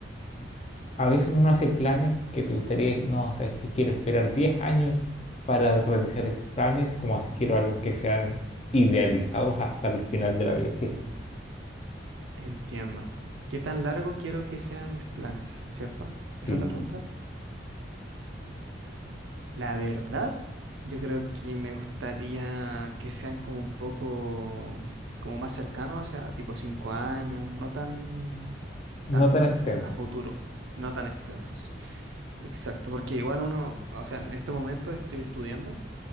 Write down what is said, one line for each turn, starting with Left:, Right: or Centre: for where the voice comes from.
Left: a veces uno hace planes que te gustaría, no, sabes que quiero esperar 10 años para realizar estos planes, como así quiero algo que sean idealizados hasta el final de la vejez.
Right: Entiendo. ¿Qué tan largo quiero que sean mis planes? ¿Cierto?
Left: Sí.
Right: Esa es la pregunta. La verdad, yo creo que me gustaría que sean como un poco, como más cercanos, o sea, tipo cinco años, no tan,
Left: No
Right: tan
Left: tan extensos.
Right: a futuro, no tan extensos. Exacto, porque igual uno, o sea, en este momento estoy estudiando.